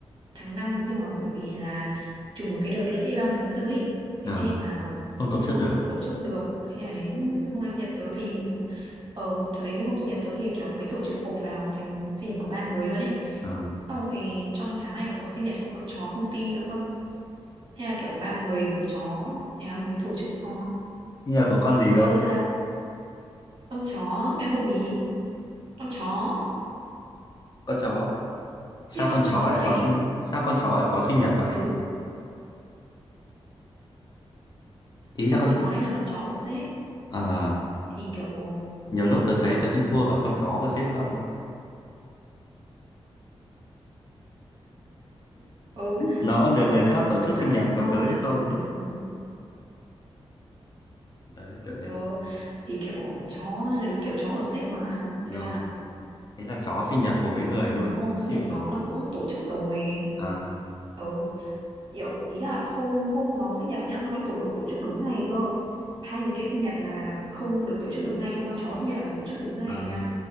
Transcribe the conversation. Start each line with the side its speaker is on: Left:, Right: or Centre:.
Right: tháng năm nhưng mà bởi vì là trùng một cái đợt lễ 30 tháng tư ý. Thế
Left: Ờ,
Right: nên là
Left: không tổ chức
Right: không
Left: được.
Right: tổ chức được. Thế là đến hôm nay sinh nhật tớ thì ờ thật đến cái hôm sinh nhật tớ thì kiểu mới tổ chức cồ vào thành sinh nhật của ba người luôn này.
Left: Ờ.
Right: Xong rồi trong tháng này còn có sinh nhật của con chó công ty nữa cơ. Thế là kiểu ba người một chó thế là mới tổ chức to.
Left: Sinh nhật của con gì cơ?
Right: Ờ thật, con chó ngày hôm ý con chó,
Left: con chó sao
Right: tiếc con
Left: con
Right: chó
Left: chó
Right: thật
Left: lại
Right: ấy.
Left: có sinh sao con chó lại có sinh nhật vậy
Right: Ừ,
Left: ý
Right: con
Left: là con
Right: chó đấy là con chó của sếp
Left: à
Right: thì kiểu
Left: nhiều lúc tớ thấy
Right: ờ
Left: tớ còn thua cả con chó của sếp cậu ấy
Right: ừ,
Left: nó được
Right: kiểu
Left: người khác tổ chức
Right: được ăn
Left: sinh nhật còn
Right: ngon
Left: tớ
Right: rồi
Left: thì không
Right: được được ừ.
Left: đấy kiểu
Right: ờ,
Left: thế
Right: thì kiểu chó đúng kiểu chó của sếp mà
Left: rồi
Right: thế là
Left: thế là chó sinh nhật cùng với người
Right: ừ,
Left: luôn
Right: hôm
Left: chịu
Right: sinh nhật nó
Left: rồi
Right: là cũng tổ chức rồi
Left: à,
Right: ừ kiểu ý là hôm hôm nó sinh nhật nhá nó còn tổ được tổ chức đúng ngày cơ hai người kia sinh nhật là không được tổ chức đúng ngày nhưng mà con chó sinh nhật là phải tổ chức đúng ngày
Left: à
Right: nha